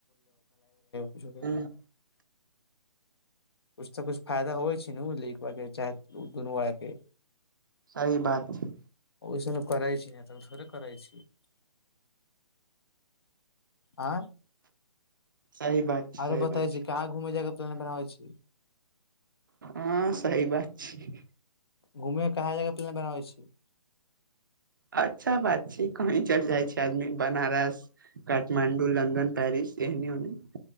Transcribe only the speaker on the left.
कूछ
तऽ कुछ फायदा हो छै ने बुझल। के चाहे उ दुनू के।
ओहिसन कराय छी नहि तऽ थोड़े करइ छी। आ
आरो
बताै
छी कहाँ घुमै जाय के प्लान बनाबै छी।
घूमे कऽ कहाँ जगह प्लेन बनाबै छी।